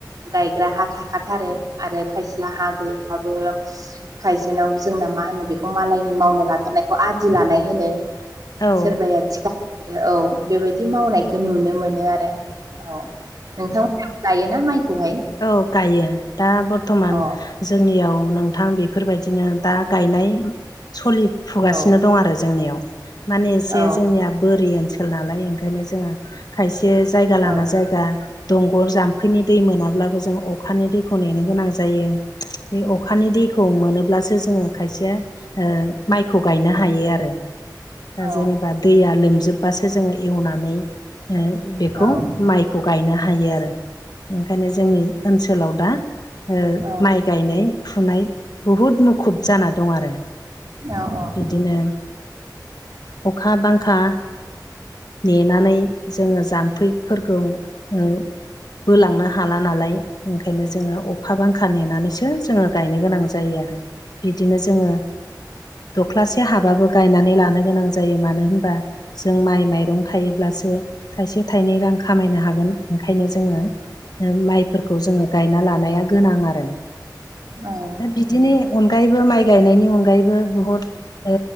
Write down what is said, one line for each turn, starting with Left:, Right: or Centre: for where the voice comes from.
Right: गायग्रा हा थाखाथारो। आरो खायसेया हा गैयाबाबो खायसेनाव जोंना मा होनो बेखौ मालाय मावनो लाथारनायखौ आदि लानाय होनो
Left: औ
Right: सोरबाया थिखा होयो औ। बेबायदि मावनायखौ नुनो मोनो आरो औ नोंथांमोनाबो गायोना माइखौहाय?
Left: औ गायो दा बर्थमान
Right: अ
Left: जोंनियाव नोंथां बेफोरबायदिनो दा गायनाय सलि फुगासिनो
Right: औ
Left: दं आरो जोंनियाव माने एसे
Right: औ
Left: जोंनियाव बोरि ओनसोल नालाय ओंखायनो जोङो खायसे जायगा लाना
Right: औ
Left: जायगा दंग जाम्फैनि दै मोनाब्लाबो जों अखानि दैखौ नेनो गोनां जायो। बे अखानि दैखौ मोनोब्लासो जोङो खायसे ओ माइखौ गायनो हायो आरो दा
Right: औ
Left: जेनेबा दैया लोमजोबबासो जोङो एवनानै
Right: औ
Left: बेखौ माइ फोरखौ गायनो हायो आरो बेखायनो जोंनि ओनसोलाव दा ओ
Right: औ
Left: माइ गायनाय फुनाय बहुद मुखुब जाना दं आरो।
Right: औ औ
Left: बिदिनो अखा बांखा नेनानै जोङो जाम्फैफोरखौ ओ बोलांनो हाला नालाय ओंखायनो जोङो अखा बांखा नेनानैसो जोङो गायनो गोनां जायो आरो। बिदिनो जोङो दख्लासे हाबाबो गायनानै लानो गोनां जायो मानो होनबा जों माइ माइ‌ मैगं थायोब्लासो थाइसे थाइनै रां खामायनो हागोन ओंखायनो जोङो माइफोरखौ जोङो गायना लानाया गोनां आरो
Right: औ
Left: बिदिनि अनगायैबो माइ गायनायनि अनगायैबो बुहुद ओ